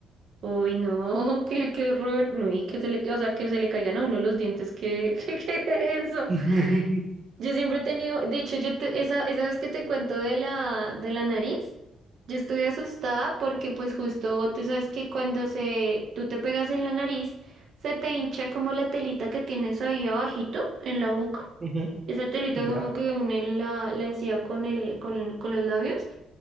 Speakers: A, on the right (about 65°); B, on the right (about 35°).
A: Uy, no, <laughs> qué, qué horror. No, y que se le, o sea, que se le caigan a uno los dientes, qué, <laughs> qué, eso.
B: <laughs>
A: Yo siempre he tenido, de hecho, yo te- esa, esa vez que te cuento de la, de la nariz, yo estuve asustada porque pues justo tú sabes que cuando se, tú te pegas en la nariz, se te hincha como la telita que tienes ahí abajito en la boca.
B: Ujú,
A: Esa telita
B: Ya.
A: como que une la, la encía con el, con, con los labios.